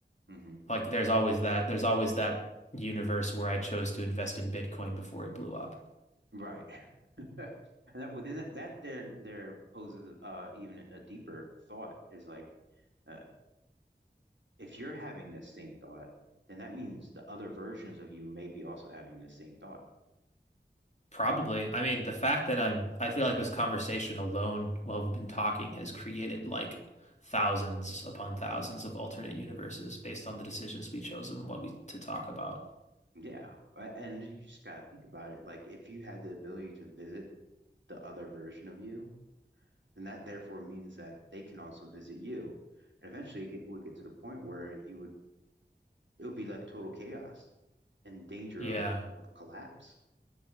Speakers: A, on the right; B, on the left.
A: hmm
B: like there's always that there's always that universe where I chose to invest in Bitcoin before it blew up.
A: Right. <laughs> <laughs> And that within that, that there there poses uh even a deeper thought is like uh, if you're having this same thought, then that means the other versions of you may be also having the same thought.
B: Probably. I mean, the fact that I'm, I feel like this conversation alone while we've been talking has created like thousands upon thousands of alternate universes based on the decisions we chose and what we to talk about.
A: Yeah, I- and you just gotta think about it. Like if you had the ability to visit the other version of you, then that therefore means that they can also visit you, and eventually it get, would get to the point where you would it would be like total chaos and danger
B: Yeah.
A: of of collapse.